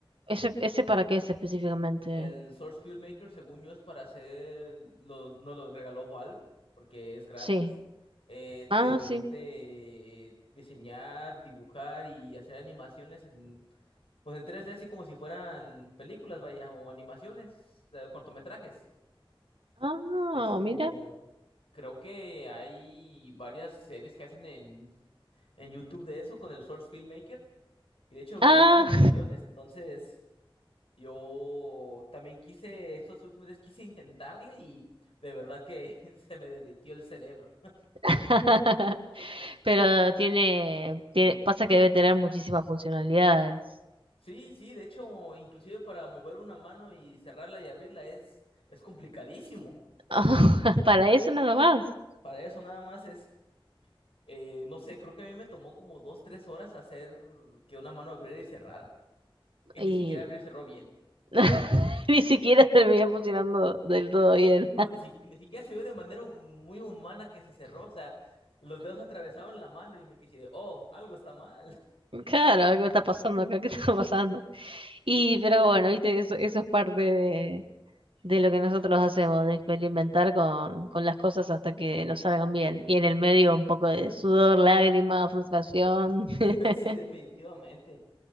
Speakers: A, on the right; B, on the left.
A: ese, ese para qué es específicamente.
B: El Source Filmmaker, según yo, es para hacer, los, nos los regaló Valve porque es gratis.
A: Sí.
B: Eh,
A: Ah,
B: te permite
A: Mm, sí.
B: diseñar, dibujar y hacer animaciones en, pues en 3D, así como si fueran películas, vaya, o animaciones, eh, cortometrajes.
A: Ah,
B: De hecho,
A: mira.
B: creo que hay varias series que hacen en, en YouTube de eso con el Source Filmmaker. Y de hecho,
A: Ah.
B: también varias animaciones. Entonces, yo también quise, estos últimos días quise intentarle y de verdad que <laughs> se me derritió el cerebro.
A: <laughs> Pero tiene, tiene, pasa que debe tener muchísimas funcionalidades.
B: Sí, sí, de hecho, inclusive para mover una mano y cerrarla y abrirla es, es complicadísimo.
A: <laughs> para eso nada más.
B: Para eso nada más es, eh, no sé, creo que a mí me tomó como dos, tres horas hacer que una mano abriera y cerrara. Y
A: Y
B: ni siquiera abrió y cerró bien.
A: <laughs> ni siquiera terminé funcionando del todo bien.
B: No, ni, si- ni siquiera se ve de manera hu- muy humana que se cerró. O sea, los dedos atravesaron la mano y me quise, oh, algo está mal.
A: Claro, algo está pasando acá, ¿qué está pasando? Y, pero bueno, viste, eso, eso es parte de de lo que nosotros hacemos, de experimentar con, con las cosas hasta que nos salgan bien. Y en el medio un poco de sudor, lágrimas, frustración. <laughs>
B: <laughs> Sí, definitivamente.